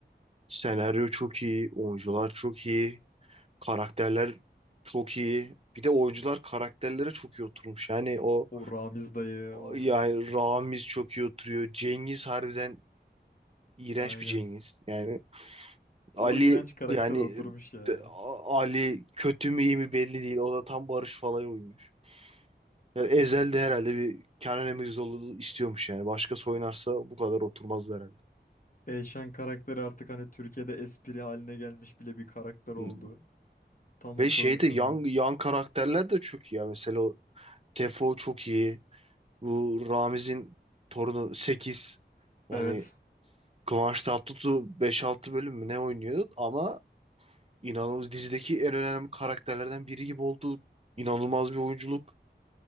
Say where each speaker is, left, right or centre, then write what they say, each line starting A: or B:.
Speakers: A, on the right; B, on the left.
A: senaryo çok iyi, oyuncular çok iyi, karakterler çok iyi. Bir de oyuncular karakterlere çok iyi oturmuş. Yani o
B: O Ramiz dayı of
A: Yani Ramiz çok iyi oturuyor. Cengiz harbiden iğrenç
B: aynen.
A: bir Cengiz. Yani Ali
B: O iğrenç karakter
A: yani
B: oturmuş ya.
A: de- A- Ali kötü mü iyi mi belli değil. O da tam Barış Falay uymuş. Yani Ezel de herhalde bir Kenan Emirzioğlu istiyormuş yani. Başkası oynarsa bu kadar oturmazdı herhalde.
B: Eyşan karakteri artık hani Türkiye'de espri haline gelmiş bile bir karakter oldu.
A: Hı.
B: Tam
A: Ve
B: oturmuş
A: şeyde yan,
B: ona.
A: yan karakterler de çok iyi ya. Mesela o Tefo çok iyi. Bu Ramiz'in torunu 8. Yani
B: Evet.
A: Kıvanç Tatlıtuğ beş altı bölüm mü ne oynuyor ama İnanılmaz dizideki en önemli karakterlerden biri gibi oldu. İnanılmaz bir oyunculuk.